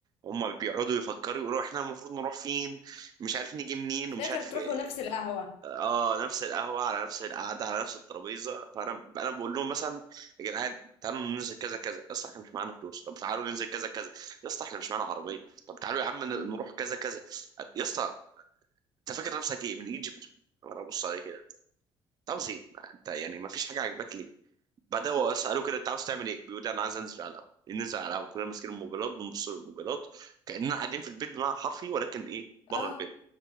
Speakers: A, on the right (about 40°); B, on the left (about 75°).
A: هم بيقعدوا يفكروا يقولوا احنا المفروض نروح فين مش عارف نيجي منين
B: في
A: ومش
B: الاخر
A: عارف
B: تروحوا
A: إيه.
B: نفس القهوة
A: اه نفس القهوه على نفس القعده على نفس الترابيزه فانا انا بقول لهم مثلا يا جدعان تعالوا ننزل كذا كذا يا اسطى احنا مش معانا فلوس طب تعالوا ننزل كذا كذا يا اسطى احنا مش معانا عربيه طب تعالوا يا عم ن-
B: مم.
A: نروح كذا كذا يا اسطى انت فاكر نفسك ايه من ايجيبت وانا ابص عليه كده انت عاوز ايه ما انت يعني ما فيش حاجه عاجباك ليه بعدها هو اساله كده انت عاوز تعمل ايه بيقول لي انا عايز انزل على القهوه ننزل على القهوه كلنا ماسكين الموبايلات بنبص للموبايلات كاننا قاعدين في البيت بمعنى حرفي ولكن ايه بره
B: اه
A: البيت